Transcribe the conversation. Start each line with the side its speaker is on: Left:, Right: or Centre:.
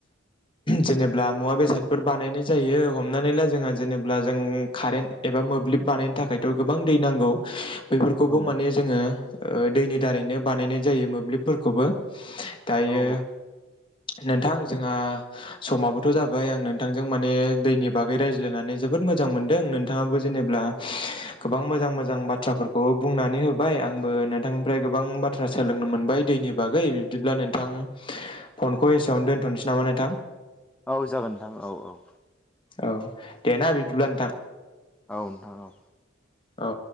Left: जेनेब्ला मुवा बेसाद फोर बानायनाय जायो हमनानै ला जोंहा जेनेबा जों कारेन्ट एबा मोब्लिब बानायनो थाखायथ' गोबां दै नांगौ। बेफोरखौबो
Centre: औ
Left: माने जोङो दैनि दारैनो बानायनाय जायो मोब्लिबफोरखौबो। दायो
Centre: औ
Left: नोंथां जोंहा समाबोथ' जाबाय आं नोंथांजों माने दैनि बागै रायज्लायनानै जोबोद मोजां मोनदों नोंथाङाबो जे नेब्ला गोबां मोजां-मोजां बाथ्राफोरखौ बुंनानै होबाय। आं आंबो नोंथांनिफ्राय गोबां बाथ्रा सोलोंनो मोनबाय दैनि बागै बिदिब्ला नोंथां फनखौ एसेआवनो दोनथ'नोसै नामा नोंथां?
Centre: औ जागोन नोंथां। औ औ।
Left: औ दे ना बिदिब्ला नोंथां।
Centre: औ नोंथां औ।
Left: औ